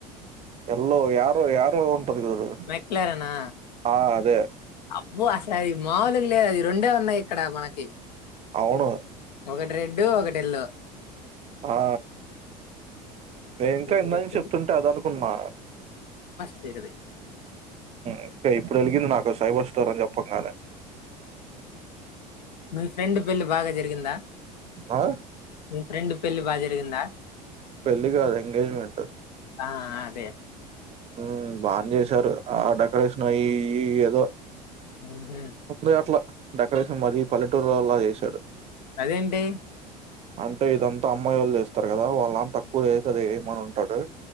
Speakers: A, on the right; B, on the left.
A: ఎల్లో యారో యారో ఉంటది చూడు
B: మెక్లారెనా
A: ఆ! అదే.
B: అబ్బో అసలు అది మాముూలుగా లేదు అది రెండే ఉన్నాయి ఇక్కడ మనకి
A: అవును
B: ఒకటి రెడ్ ఒకటి ఎల్లో
A: ఆ మే ఇంకా
B: నేను
A: ఇందాక
B: చెప్తాను
A: నుంచి చెప్తుంటే అద అనుకున్నా
B: చేద <unintelligible>
A: ఓకే ఇప్పుడు వెలిగింది నాకు సైబర్ స్టోర్ అని చెప్పంగానే
B: మీ ఫ్రెండ్ పెళ్లి బాగా జరిగిందా
A: ఆ!
B: మీ ఫ్రెండ్ పెళ్లి బాగా జరిగిందా
A: పెళ్లి కాదు ఎంగేజ్మెంట్
B: ఆ అదే
A: ఊ బానే చేసారు. ఆ డెకరేషన్ అయీ ఇయీ ఏదో.
B: మ్హూ.
A: ఉత్తినే అట్లా డెకరేషన్ మరీ పల్లెటూరోల్లా చేశాడు.
B: అదేంటీ
A: అంటే ఇదంతా అమ్మాయి వాళ్ళు చేస్తారు గదా. వాళ్ళనాన్న తక్కువ ఏదయితే అది ఏయమని ఉంటాడు.